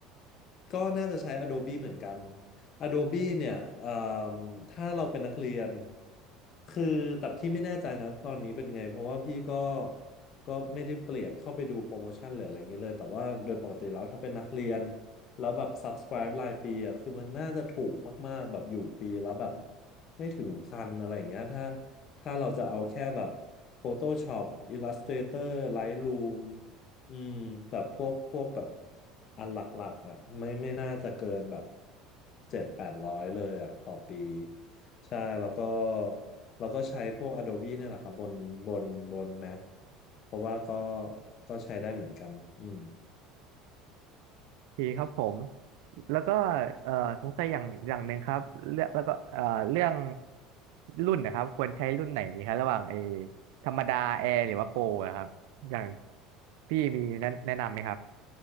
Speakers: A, on the left; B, on the right.
A: ก็น่าจะใช้ Adobe เหมือนกัน Adobe เนี่ยเอ่มถ้าเราเป็นนักเรียน คือแต่พี่ไม่แน่ใจนะตอนนี้เป็นไงเพราะว่าพี่ก็ก็ไม่ได้เปลี่ยนเข้าไปดูโปรโมชั่นหรืออะไรอย่างนี้เลย แต่ว่าโดยปกติแล้วถ้าเป็นนักเรียน แล้วแบบ subscribe รายปีอ่ะคือมันน่าจะถูกมากๆแบบอยู่ปีแล้วแบบไม่ถึงพันอะไรอย่างเงี้ยถ้าถ้าเราจะเอาแค่แบบ Photoshop Illustrator Lightroom อืมแบบพวกพวกแบบอันหลักๆอ่ะไม่ไม่น่าจะเกินแบบเจ็ดแปดร้อยเลยอ่ะต่อปีใช่แล้วก็แล้วก็ใช้พวก Adobe เนี่ยแหละครับบนบนบน Mac เพราะว่าก็ก็ใช้ได้เหมือนกันอืม
B: โอเคครับผมแล้วก็เอ่อสงสัยอย่างอย่างหนึ่งครับเรื่องแล้วก็เอ่อเรื่องรุ่นนะครับควรใช้รุ่นไหนดีครับระหว่างเออธรรมดาแอร์หรือว่าโปรอะครับอย่างพี่มีแนะแนะนำไหมครับ